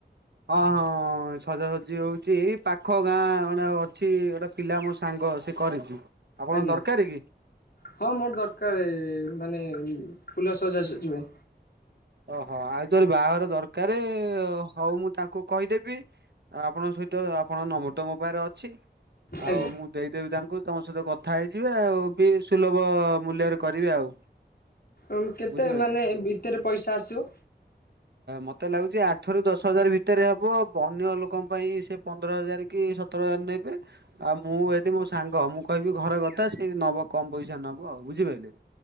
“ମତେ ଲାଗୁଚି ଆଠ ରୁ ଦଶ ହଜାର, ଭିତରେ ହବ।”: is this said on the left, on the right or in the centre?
Right